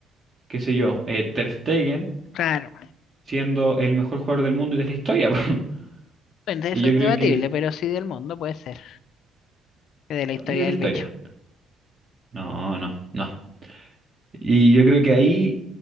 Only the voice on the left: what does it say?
Claro,
bueno, eso
es
debatible,
pero sí del mundo puede ser, de la historia
del
bicho.